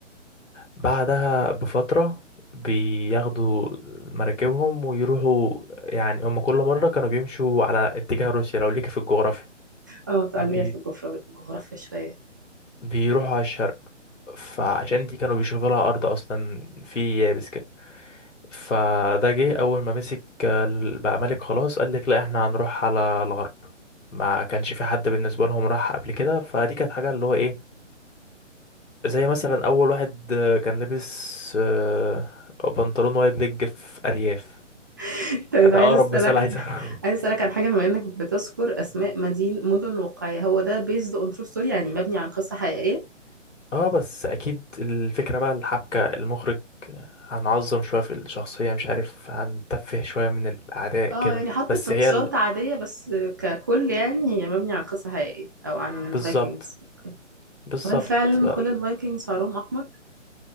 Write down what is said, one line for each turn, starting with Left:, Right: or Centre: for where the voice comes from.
Left: بعدها بفترة بياخدوا مراكبهم ويروحوا يعني هم كل مرة كانوا بيمشوا على اتجاه روسيا لو ليك في الجغرافيا
Right: اه تعالي
Left: بي...
Right: في الجغرافيا الجغرافيا شوية
Left: بيروحوا على الشرق فعشان دي كانوا بيشوفوا لها أرض أصلا في يابس كده فده جه اول ما مسك ال- بقى ملك خلاص قال لك لا احنا هنروح على الغرب ما كانش في حد بالنسبه لهم راح قبل كده فدي كانت حاجه اللي هو ايه زي مثلا اول واحد آه، كان لابس آه، بنطلون وايد ليج في ارياف
Right: <laughs> طيب
Left: ده
Right: عايز
Left: اقرب
Right: اسالك
Left: مثال عايز
Right: <laughs>
Left: أقوله.
Right: عايز اسالك عن حاجة بما انك بتذكر اسماء مدين مدن واقعية هو ده بيزد اون ترو ستوري يعني مبني عن قصة حقيقية
Left: <laughs> اه بس اكيد الفكره بقى الحبكه المخرج هنعظم شويه في الشخصيه مش عارف هنتفه شويه من الاعداء
Right: اه
Left: كده
Right: يعني حط
Left: بس
Right: تاتشات
Left: هي ال...
Right: عادية بس ككل يعني هي مبني عن قصة حقيقية او عن
Left: بالظبط
Right: الفايكنجز
Left: بالظبط
Right: هل فعلا
Left: لا
Right: كل الفايكنجز شعرهم احمر؟